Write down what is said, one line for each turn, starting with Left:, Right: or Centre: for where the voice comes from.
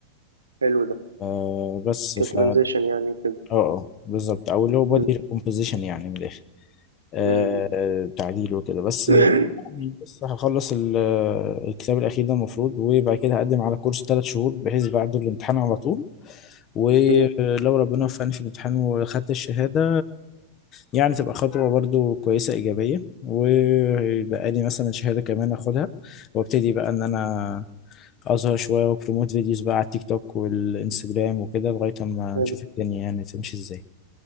Right: حلو ده
Left: آه بس ف
Right: كترانزيشن
Left: اه
Right: يعني وكده
Left: اه بالظبط او اللي هو بودي
Right: مم.
Left: ريكومبوزيشن يعني من الاخر آه
Right: مم.
Left: تعديل وكده بس
Right: <coughs> مم.
Left: بس هخلص ال- الكتاب الأخير ده المفروض وبعد كده هقدم على كورس ثلاث شهور بحيث بعد الامتحان على طول ولو
Right: إيه،
Left: ربنا وفقني في الامتحان وخدت الشهادة يعني تبقى خطوة برضو كويسة إيجابية ويبقى لي مثلا شهادة كمان أخدها وابتدي بقى إن أنا أظهر شوية وبروموت فيديوز بقى على التيك توك والإنستجرام وكده لغاية ما
Right: حلو
Left: نشوف الدنيا يعني تمشي إزاي